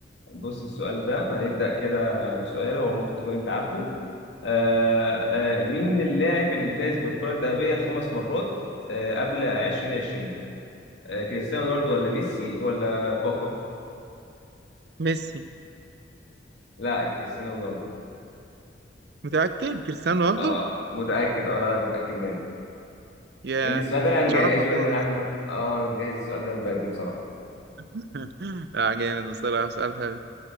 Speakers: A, on the left (about 80°); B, on the right (about 60°).
A: بص السؤال ده هنبدأ كده بسؤال هو ممكن تكون أنت عارفه آه آه مين اللاعب اللي فاز بالكرة الذهبية خمس مرات آه قبل 2020؟ آه كريستيانو رونالدو ولا ميسي ولا كاكا؟
B: ميسي
A: لا كريستيانو رونالدو
B: متأكد كريستيانو رونالدو
A: اه متأكد اه لا متأكد منها
B: يا
A: لأن السؤال
B: أنا ما
A: ده أنا
B: كنتش
A: مجهزه
B: أعرفها خالص
A: لأن أنا عارف إنه اه أنا مجهز السؤال ده من بدري بصراحة
B: <laughs> لا جامد بصراحة سؤال حلو